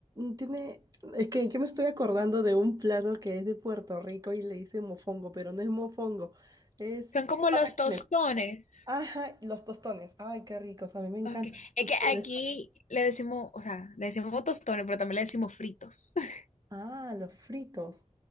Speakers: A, on the right; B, on the left.
A: tiene, es que yo me estoy acordando de un plato que es de Puerto Rico y le dice mofongo, pero no es mofongo, es...
B: Son como
A: patacones.
B: los tostones.
A: Ajá, y los tostones. Ay, qué ricos. A mí me encantan
B: Okay. Es
A: los
B: que
A: tostones.
B: aquí le decimos, o sea, le decimos tostones, pero también le decimos fritos. <laughs>
A: Ah, los fritos.